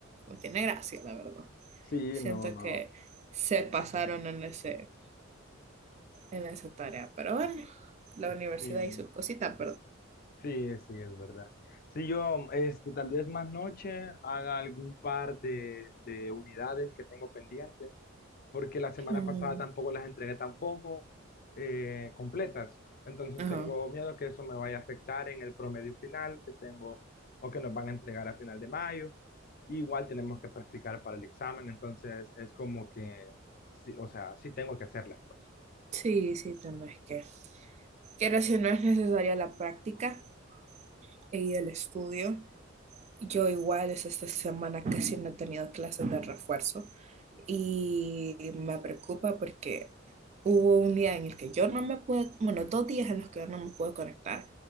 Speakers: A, on the right (about 35°); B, on the left (about 45°).
A: no tiene gracia, la verdad.
B: Sí,
A: Siento
B: no, no.
A: que se pasaron en ese, en esa tarea, pero bueno, la universidad
B: Sí,
A: y sus cositas,
B: sí, sí, es verdad. Sí, yo, este, tal vez más noche haga algún par de, de unidades que tengo pendientes porque la semana
A: perdón.
B: pasada tampoco las entregué tampoco eh, completas. Entonces
A: Ajá.
B: tengo miedo que eso me vaya a afectar en el promedio final que tengo o que nos van a entregar a final de mayo. Igual tenemos que practicar para el examen, entonces es como que, sí, o sea, sí tengo que hacerla, pues.
A: Sí, sí, tenés que. Quiero si no es necesaria la práctica y el estudio. Yo igual es esta semana casi no he tenido clases de refuerzo y me preocupa porque hubo un día en el que yo no me pude, bueno, dos días en los que yo no me pude conectar